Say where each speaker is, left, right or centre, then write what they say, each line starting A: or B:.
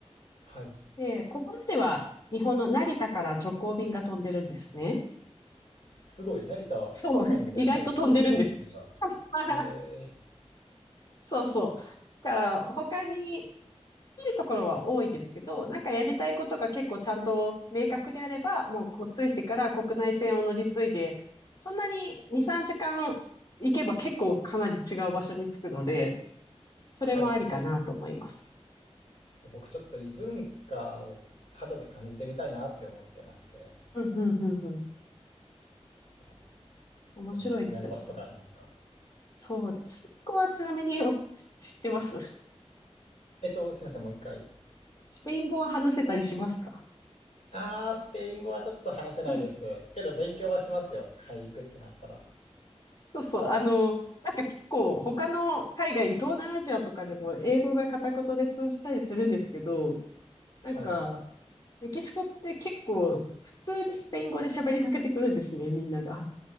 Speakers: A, on the left; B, on the left.
A: はい。
B: で、ここまでは日本の成田から直行便が飛んでるんですね。
A: すごい、成田近いんで、
B: そう、<laughs> 意外と飛んでるんです。
A: はい、すぐ行きますね、じゃあ。
B: <laughs>
A: えー、
B: そうそう。だから、他に、きるところは多いですけど、なんかやりたいことが結構ちゃんと明確であれば、もうこうついてから国内線を乗り継いで、そんなに2、3時間行けば結構かなり違う場所に着くので、それもありかなと思います。
A: はい、はい。そう、僕ちょっと異文化を肌で感じてみたいなって思ってまして
B: うん、うん、うん、うん。
A: ですね。なんかおすすめの場所とかありますか
B: 面白いですよね。そうです。スペイン語はちなみに <laughs> 知ってます
A: えっと、すいません、もう一回、
B: スペイン語は話せたりしますか
A: 何ですかあー、スペイン語はちょっと話せないです。
B: <laughs>
A: けど勉強はしますよ。はい、行くってなったら。
B: そうそう。あの、なんか結構他の海外、東南アジアとかでも英語が片言で通じたりするんですけど、
A: はい。
B: なんか、メキシコって結構普通にスペイン語で喋りかけてくるんですね、みんなが。